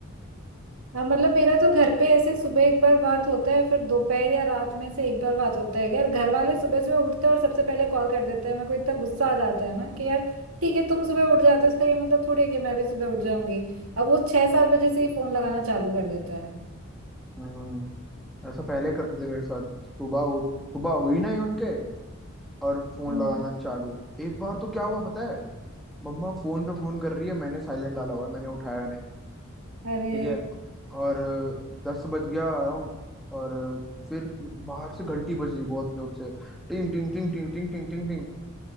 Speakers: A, on the right (about 85°); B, in the centre.
A: हाँ मतलब मेरा तो घर पे ऐसे सुबह एक बार बात होता है फिर दोपहर या रात में से एक बार बात होता है यार घर वाले सुबह सुबह उठते हैं और सबसे पहले कॉल कर देते हैं मेरे को इतना गुस्सा आ जाता है ना कि यार ठीक है तुम सुबह उठ जाते हो इसका ये मतलब थोड़ी है कि मैं भी सुबह उठ जाऊंगी अब वो छह सात बजे से ही फोन लगाना चालू कर देता है
B: हम्म, ऐसा पहले करते थे मेरे साथ सुबह उठ सुबह हुई नहीं उनके और फोन
A: हम्म।
B: लगाना चालू एक बार तो क्या हुआ पता है मम्मा फोन पे फोन कर रही है मैंने साइलेंट डाला हुआ है मैंने उठाया नहीं
A: अरे
B: ठीक है और अ, दस बज गया अराउंड और अ, फिर बाहर से घंटी बज रही बहुत जोर से टिंग टिंग टिंग टिंग टिंग टिंग टिंग टिंग